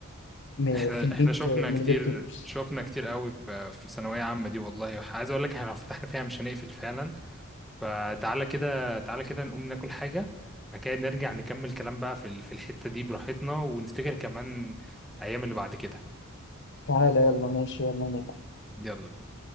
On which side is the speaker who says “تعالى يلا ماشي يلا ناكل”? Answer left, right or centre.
Left